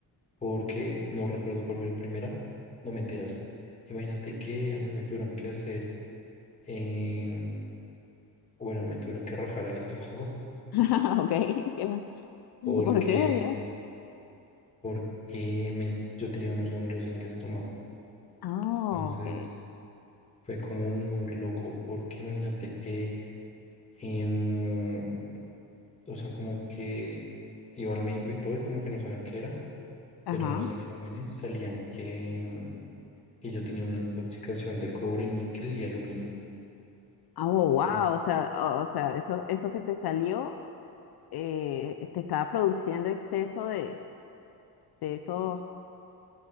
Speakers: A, on the left (about 15°); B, on the left (about 65°).
A: porque no recuerdo cuál fue el primera. No mentiras. Imagínate que a mí me tuvieron que hacer, em, bueno, me tuvieron que rajar el estómago <laughs>
B: <laughs> ok, ¿qué más?
A: porque,
B: ¿Por qué? Dios?
A: porque me, yo tenía unos ganglios en el estómago.
B: Ah,
A: Entonces
B: ok,
A: fue como muy loco porque imagínate que, em, o sea, como que iba al médico y todo y como que no sabían qué era,
B: ajá.
A: pero en los exámenes salían que, em, que yo tenía una intoxicación de cobre, níquel y aluminio.
B: Ah, Oh, wow,
A: Eh,
B: o sea, o o sea, eso, eso que te salió, eh, te estaba produciendo exceso de, de esos